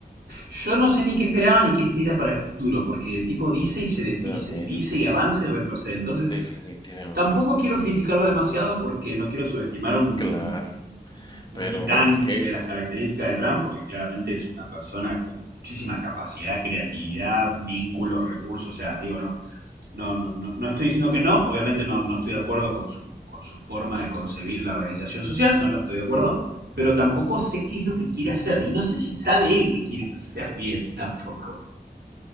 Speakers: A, on the right; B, on the left.
A: Yo no sé ni qué esperaba ni qué espera para el futuro, porque el tipo dice y se desdice,
B: Definitivamente,
A: dice y avanza y retrocede. Entonces,
B: definitivamente.
A: tampoco quiero criticarlo demasiado porque no quiero subestimar un, un-
B: Claro,
A: un- un
B: pero
A: titán
B: bueno, que
A: de las características de Trump, porque claramente es una persona con muchísima capacidad, creatividad, vínculos, recursos. O sea, digo, no, No, no, no, no estoy diciendo que no, obviamente no, no estoy de acuerdo con su, con su forma de concebir la organización social, no la estoy de acuerdo, pero tampoco sé qué es lo que quiere hacer y no sé si sabe él que quiere <laughs> hacer bien tampoco.